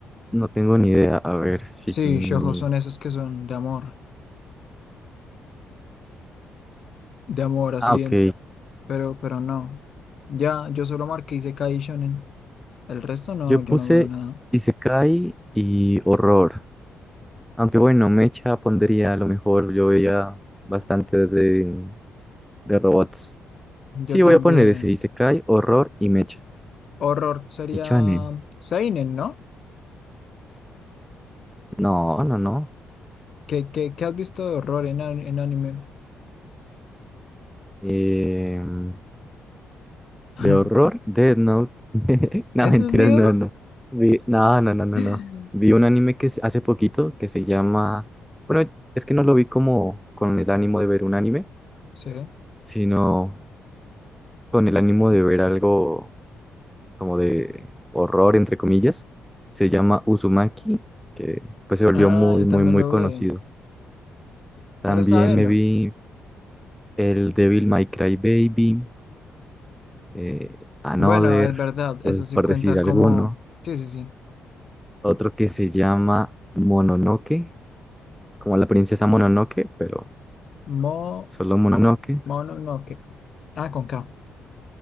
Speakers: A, in the centre; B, on the left.
A: no tengo ni idea. A ver si
B: Sí,
A: ni-
B: Shoujo son esos que son de amor. de amor, así,
A: Ah, ok.
B: en- pero, pero no. Ya, yo solo marqué Isekai y Shonen. El resto no,
A: Yo
B: yo
A: puse
B: no veo nada.
A: Isekai y horror. Aunque bueno, Mecha pondría a lo mejor, yo veía bastante de, de robots.
B: Yo
A: Sí,
B: también.
A: voy a poner ese Isekai, horror y Mecha.
B: Horror sería
A: Y shonen.
B: mm, Seinen, ¿no?
A: No, no, no.
B: ¿Qué, qué, qué has visto de horror en, an- en anime?
A: Em,
B: <laughs>
A: de horror, Death Note. <laughs> No,
B: ¿Eso
A: mentiras,
B: es miedo?
A: no, no. Vi- no, no, no, no,
B: <laughs>
A: no. Vi un anime que se- hace poquito que se llama. Bueno, es que no lo vi como con el ánimo de ver un anime,
B: Sí.
A: sino con el ánimo de ver algo como de horror, entre comillas. Se llama Uzumaki, que pues se volvió
B: Ah,
A: muy,
B: yo
A: muy,
B: también
A: muy
B: lo
A: conocido.
B: vi.
A: También
B: Me lo estaba viendo.
A: me vi el Devil May Cry Baby eh, Another,
B: Bueno, es verdad,
A: pues,
B: eso sí
A: por
B: cuenta
A: decir alguno.
B: como. Sí, sí, sí.
A: Otro que se llama Mononoke, como la princesa Mononoke, pero
B: Mo,
A: solo Mononoke.
B: mono, no, que. Ah, con K.